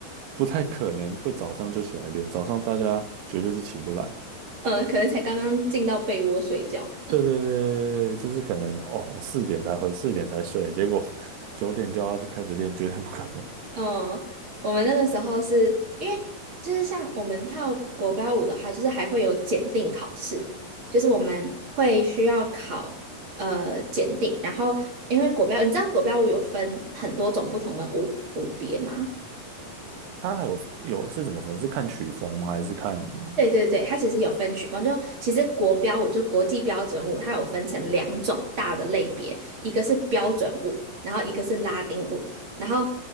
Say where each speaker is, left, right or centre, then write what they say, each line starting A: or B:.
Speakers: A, on the right; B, on the right.
A: 不太可能会早上就起来练，早上大家绝对是起不来。
B: 呃可能才刚刚进到被窝睡觉。
A: 对对对对，对，就是可能哦，我四点才回，四点才睡，结果 <laughs> 九点就要开始练，绝对不可能。
B: 嗯，我们那个时候是因为就是像我们跳国标舞的话，就是还会有检定考试，就是我们会需要考呃检定，然后因为国标，你知道国标舞有分很多种不同的舞舞别吗？
A: 他还有有是怎么分？是看曲风吗？还是看？嗯
B: 对对对，它其实有分曲风，就其实国标舞就国际标准舞，它有分成两种大的类别，一个是标准舞，然后一个是拉丁舞。然后标